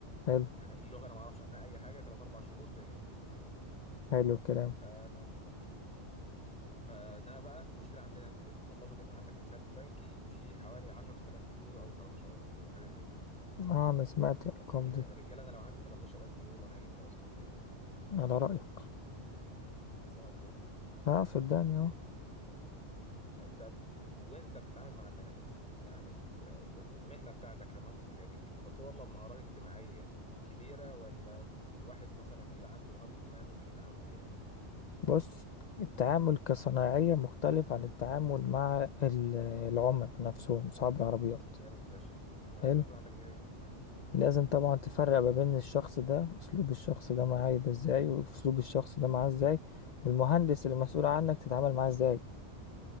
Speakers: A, on the left; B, in the centre.
A: حلو
B: يعني إيه اللغة انا ما اعرفش عنها اي حاجة ثلاث اربع شهور تلاقيني بي 2 فيها
A: حلو الكلام
B: آه، آه، انما بقى المشكلة عندنا بيتطلبوا ان يبقى عندك حساب بنكي فيه حوالي 10000 يورو او 13000 يورو حاجة زي كده
A: اه انا سمعت
B: طب
A: الارقام
B: طب
A: دي
B: يا رجاله انا لو عندي 13000 يورو انا هاجي لكم اصلا ليه؟
A: على رأيك
B: صباح الفل يعني
A: اه صدقني اه
B: طب وانت بتتعامل مع الناس يعني في ال- ال- المهنة بتاعتك كمهندس ميكانيك بتتطلب مهارات اجتماعية كبيرة ولا الواحد مثلا كده عنده رهاب اجتماعي ممكن يتعامل فيها
A: بص التعامل كصناعية مختلف عن التعامل مع ال- العملاء نفسهم صحاب العربيات
B: جامد فشخ يعني لازم
A: حلو
B: يكون عندك ذكاء اجتماعي
A: لازم طبعا تفرق ما بين الشخص ده اسلوب الشخص ده معاه يبقى ازاي واسلوب الشخص ده معاه ازاي والمهندس اللي مسؤول عنك تتعامل معاه ازاي